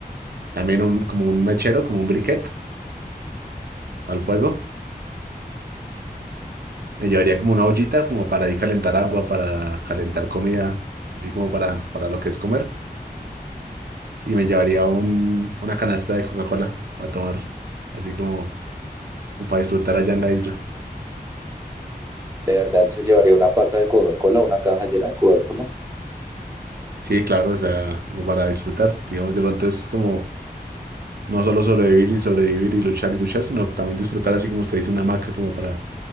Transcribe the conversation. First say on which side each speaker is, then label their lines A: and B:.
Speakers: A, on the right; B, on the right.
A: también un, como un mechero, como un briquet al fuego. Me llevaría como una ollita como para ahí calentar agua, para calentar comida, así como para, para lo que es comer. y me llevaría un, una canasta de Coca-Cola a tomar, así como, como para disfrutar allá en la isla.
B: De verdad se llevaría una paca de Coca-Cola, una caja llena de Coca-Cola,
A: Sí, claro, o sea, como para disfrutar, digamos, de pronto es como no solo sobrevivir y sobrevivir y luchar y luchar, sino también disfrutar, así como usted dice, una hamaca como para